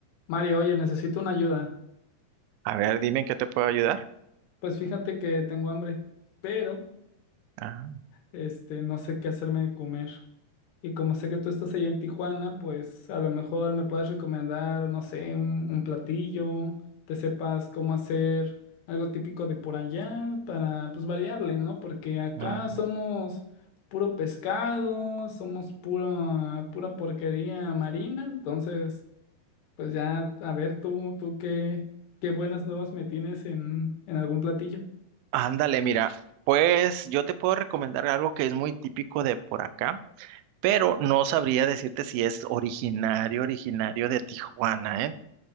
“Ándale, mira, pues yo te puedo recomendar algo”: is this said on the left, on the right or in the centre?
Right